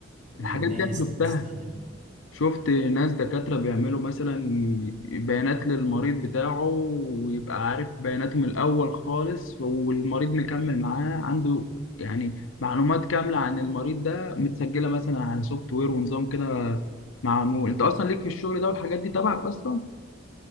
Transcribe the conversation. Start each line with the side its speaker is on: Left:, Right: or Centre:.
Right: للناس
Left: الحاجات دي انا شفتها
Right: اللي بتستخدمه
Left: شفت ناس دكاترة بيعملوا مثلا بيانات للمريض بتاعه ويبقى عارف بياناته من الأول خالص والمريض مكمل معاه عنده يعني معلومات كاملة عن المريض ده متسجلة مثلا على سوفت وير ونظام كده معمول أنت أصلا ليك في الشغل ده والحاجات دي تبعك أصلا؟